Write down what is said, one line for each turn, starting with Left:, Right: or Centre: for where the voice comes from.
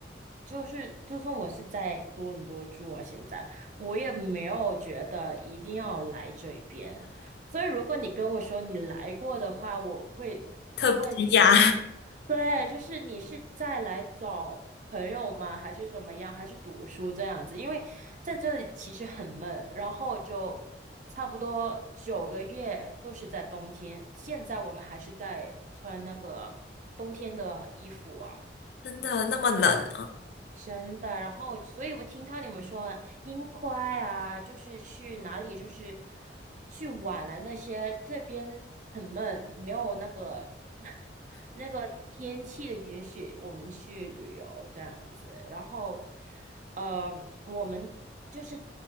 Right: 就是就算我是在多伦多住啊，现在我也没有觉得一定要来这边。所以如果你跟我说你来过的话，我会问你你是，
Left: <laughs> 特别亚，
Right: 对，就是你是在来找。朋友吗？还是怎么样？还是读书这样子？因为在这里其实很闷，然后就差不多九个月都是在冬天。现在我们还是在穿那个冬天的衣服啊。
Left: <laughs> 真的那么冷啊
Right: 真的，然后，所以我听到你们说樱花啊，就是去哪里，就是去玩了那些，这边很闷，没有那个 <laughs> 那个天气的允许，我们去旅游这样子。然后，呃，我们就是。